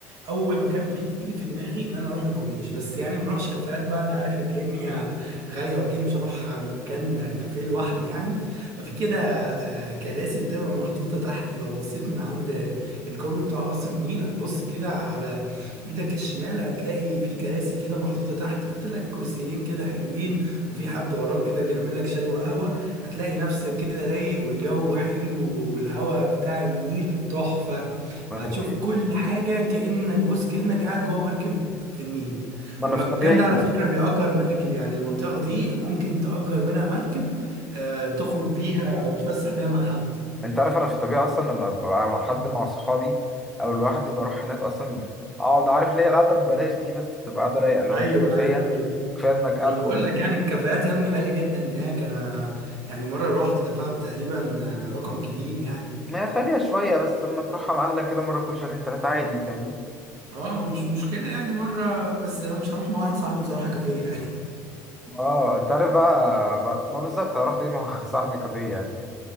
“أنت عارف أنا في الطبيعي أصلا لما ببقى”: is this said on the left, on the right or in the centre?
Centre